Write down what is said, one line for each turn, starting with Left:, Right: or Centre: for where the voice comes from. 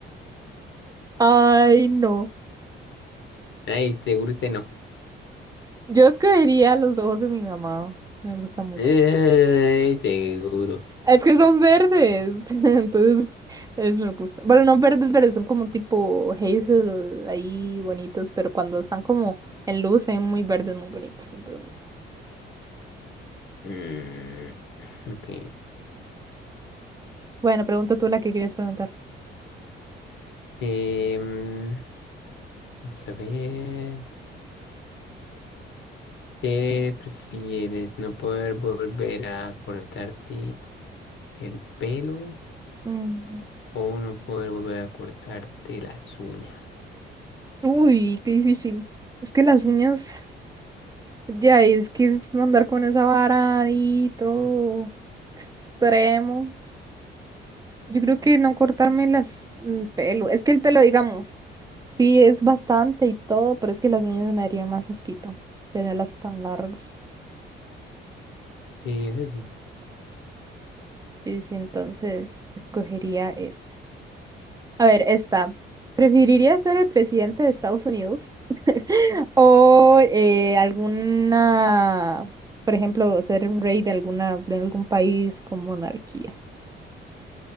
Right: Ay, no.
Left: Ay, seguro usted no.
Right: Yo escogería los ojos de mi mamá. Me gusta mucho.
Left: Ay, seguro.
Right: Es que son verdes. <laughs> Entonces, es- me gusta. Bueno, no verdes, verdes, son como tipo hazel ahí bonitos, pero cuando están como en luz, son muy verdes, muy bonitos. Entonces, me gusta.
Left: Mm, ok.
Right: bueno, pregunta tú la que querías preguntar.
Left: Em, vamos a ver. ¿Qué prefieres? ¿No poder volver a cortarte el pelo?
Right: Mm.
Left: O no poder volver a cortarte las uñas.
Right: Uy, qué difícil. Es que las uñas. Ya, y es que es andar con esa vara y todo extremo. Yo creo que no cortarme las, el pelo. Es que el pelo, digamos, sí es bastante y todo, pero es que las uñas me darían más asquito tenerlas tan largas.
Left: Sí, eso sí.
Right: Y sí, entonces escogería ese. A ver, esta. ¿Preferiría ser el presidente de Estados Unidos <laughs> o eh, alguna, por ejemplo, ser un rey de alguna, de algún país con monarquía?